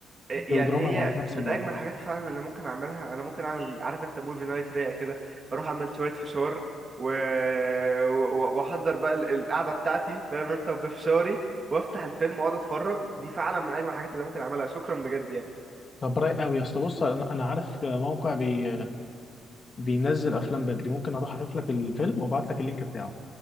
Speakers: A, on the right; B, on the left.
A: يعني
B: كوميدي ودراما
A: هي
B: مع في نفس
A: من
B: الوقت
A: اجمل الحاجات فعلا اللي ممكن اعملها انا ممكن اعمل عارف انت موفي نايت رايق كده اروح اعمل شويه فشار و... و- واحضر بقى ال- القعده بتاعتي فاهم انت وبفشاري وافتح الفيلم واقعد اتفرج دي فعلا من اجمل الحاجات اللي ممكن اعملها شكرا بجد يعني
B: طب رايق قوي يا اسطى بص انا أنا عارف موقع بي... بينزل افلام بدري ممكن اروح اشوف لك الفيلم وابعت لك اللينك بتاعه